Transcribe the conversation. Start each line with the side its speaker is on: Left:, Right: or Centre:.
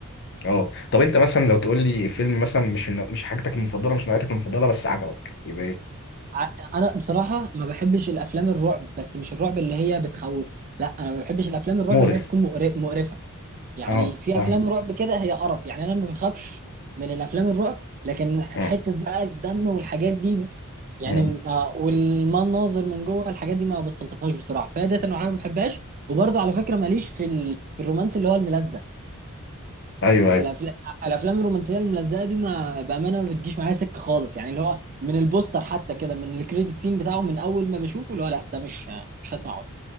Left: اه طب انت مثلا لو تقول لي فيلم مثلا مش من- مش حاجتك المفضله مش نوعيتك المفضله بس عجبك يبقى ايه
Right: ع- انا بصراحه ما بحبش الافلام الرعب بس مش الرعب اللي هي بتخوف لا انا ما بحبش الافلام الرعب
Left: مقرف
Right: اللي هي بتكون مقر- مقرفه يعني
Left: اه
Right: في
Left: فاهم
Right: افلام رعب كده هي قرف يعني انا ما بخافش من الافلام الرعب لكن حته
Left: مم.
Right: بقى الدم والحاجات دي يعني
Left: مم.
Right: آه، والمناظر من جوه الحاجات دي ما بستلطفهاش بصراحه فهي ديت انا ما بحبهاش وبرضه على فكره ماليش في ال- في الرومانس اللي هو الملزق
Left: ايوه ايوه
Right: الأفلا- الافلام الرومانسيه الملزقه دي ما بامانه ما بتجيش معايا سكه خالص يعني اللي هو من البوستر حتى كده من الكريدت سين بتاعه من اول ما بشوفه اللي هو لا ده مش مش هسمعه